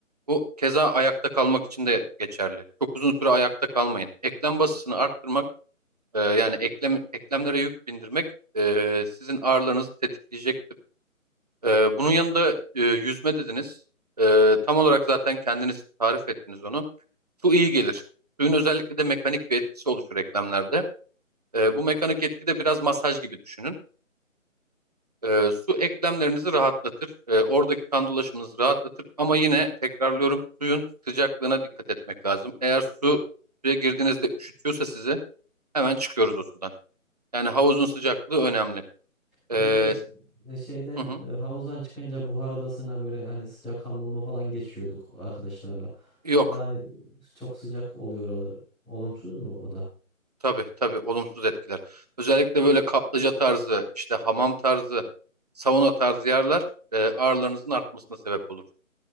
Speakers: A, on the right; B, in the centre.
A: Bu keza ayakta kalmak için de geçerli. Çok uzun süre ayakta kalmayın. Eklem basısını arttırmak, e, yani eklem eklemlere yük bindirmek e, sizin ağrılarınızı tetikleyecektir. E, bunun yanında e, yüzme dediniz. E, tam olarak zaten kendiniz tarif ettiniz onu. Su iyi gelir. Suyun özellikle de mekanik bir etkisi oluşur eklemlerde. Ee, bu mekanik etki de biraz masaj gibi düşünün. Ee, su eklemlerinizi rahatlatır. Ee, oradaki kan dolaşımınızı rahatlatır. Ama yine tekrarlıyorum suyun sıcaklığına dikkat etmek lazım. Eğer su suya girdiğinizde üşütüyorsa sizi hemen çıkıyoruz o sudan. Yani havuzun sıcaklığı önemli.
B: Bir
A: Ee,
B: de şeyden
A: hı hı.
B: e, havuzdan çıkınca buhar odasına böyle hani sıcak hamama falan geçiyorduk arkadaşlarla.
A: Yok.
B: O da hani çok sıcak oluyor oralar. Olumsuz mu o da?
A: Tabii tabii olumsuz etkiler. Özellikle böyle kaplıca tarzı, işte hamam tarzı, sauna tarzı yerler e, ağrılarınızın artmasına sebep olur.